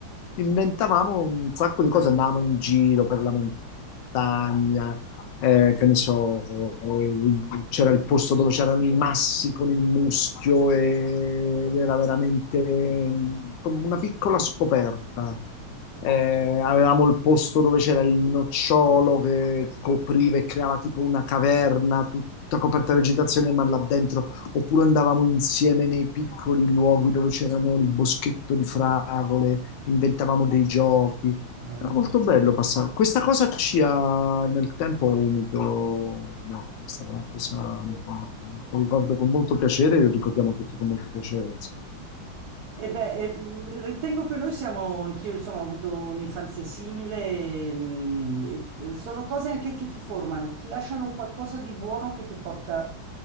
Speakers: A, on the left; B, on the right.
A: Inventavamo un sacco di cose, andavamo in giro per la montagna, eh, che ne so, eh, c'era il posto dove c'erano i massi con il muschio e- ed era veramente mm, come una piccola scoperta. Eh, avevamo il posto dove c'era il nocciolo che copriva e creava tipo una caverna tutta coperta di vegetazione, ma là dentro Oppure andavamo insieme nei piccoli luoghi dove c'erano il boschetto di fragole, inventavamo dei giochi.
B: bello.
A: Era molto bello passare. Questa cosa ci ha nel tempo unito molto. È stata una cosa che ricordo con molto piacere e lo ricordiamo tutti con molto piacere. insomma.
B: E beh, e, mh, ritengo che noi siamo, anch'io insomma, ho avuto un'infanzia simile, mhmm, e, mh, e, eh, sono cose anche che ti formano, ti lasciano un qualcosa di buono che ti porta,